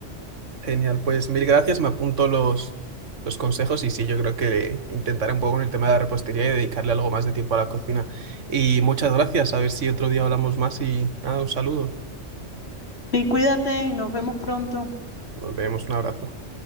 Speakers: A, on the right (about 85°); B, on the left (about 55°).
A: Genial, pues mil gracias. Me apunto los, los consejos y sí, yo creo que intentaré un poco con el tema de la repostería y dedicarle algo más de tiempo a la cocina. Y muchas gracias. A ver si otro día hablamos más y nada, un saludo.
B: Sí, cuídate y nos vemos pronto.
A: Nos vemos, un abrazo.